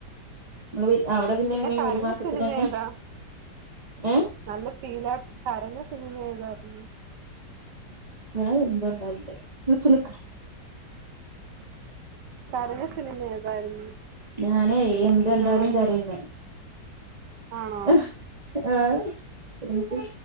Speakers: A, on the right; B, on the right.
A: ഇങ്ങള് പി അവടെ പിന്നെങ്ങനെ
B: പിന്നെ കരഞ്ഞ
A: ഒരു മാസത്തിനന്നെ
B: സിനിമ ഏതാ
A: ഏഹ്
B: നല്ല ഫീലായി കരഞ്ഞ സിനിമ ആയതരണേ
A: ഞായെന്തണ്ടാ നിക്ക് നിക്ക്
B: കരഞ്ഞ സിനിമ ഏതായിരുന്നു
A: ഞാനേ എന്ത്കണ്ടാലും
B: വിഷമ
A: കരയുന്ന്
B: ആണോ
A: ഹ് ഏഹ്